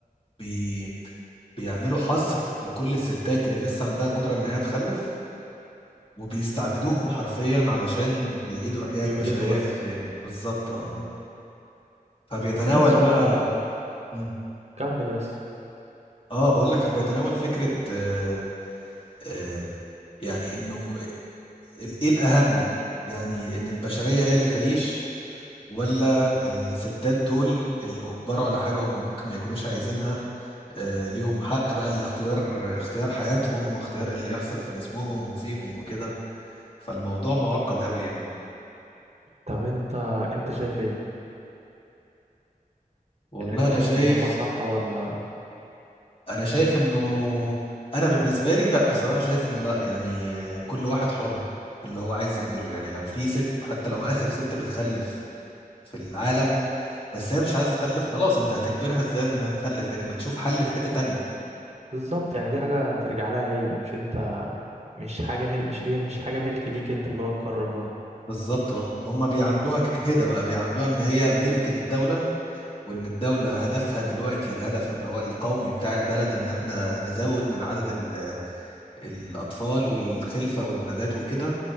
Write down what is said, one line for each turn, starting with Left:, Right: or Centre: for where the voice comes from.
Left: بي- بيعملوا حصر لكل الستات اللي لسه عندها قدرة إن هي تخلف وبيستعبدوهم حرفيا علشان يعيدوا إحياء
Right: يولده
Left: البشرية
Right: بس
Left: من تاني بالظبط اه
Right: مم.
Left: فبيتناول
Right: بس الناس شكلها
Left: بقى مم.
Right: كمل يس
Left: اه بقول لك فبيتناول فكرة آه آه يعني إنه ال- ايه الاهم يعني ان البشريه هي اللي تعيش ولا الستات دول اللي اجبروا على حاجه هم ممكن ما يكونوش عايزينها آه ليهم حق بقى الاختيار اختيار حياتهم واختيار ايه اللي يحصل في جسمهم وفيهم وكده فالموضوع معقد قوي يعني
Right: طب انت انت شايف ايه
Left: والله
Right: يعني انت
Left: انا
Right: شايف
Left: شايف
Right: ان هما صح ولا
Left: انا شايف انه انا بالنسبه لي لا بصراحه شايف انه لا يعني آه، كل واحد حر في اللي هو عايز يعمله يعني لو في ست حتى لو اخر ست بتخلف في العالم بس هي مش عايزه تخلف خلاص انت هتجبرها ازاي انها تخلف يعني ما تشوف حل في حته تانية
Right: بالظبط يعني دي حاجة ترجع لها هي مش انت مش حاجة مل... مش هي مش حاجة ملك ليك انت اللي هو تقرر لها
Left: بالظبط اه هم بيعاملوها ك- كده بقى بيعاملوها ان هي ملك للدوله وان الدوله هدفها دلوقتي الهدف اللي هو القومي بتاع البلد ان احنا نزود من عدد ال- الاطفال والخلفه والولادات وكده